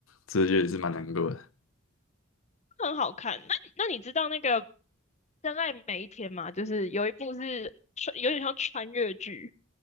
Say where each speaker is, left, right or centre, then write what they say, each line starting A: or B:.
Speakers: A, on the left; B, on the left.
A: 这就也是蛮难过的。
B: 很好看。那那你知道那个《真爱每一天》吗？就是有一部是穿有点像穿越剧，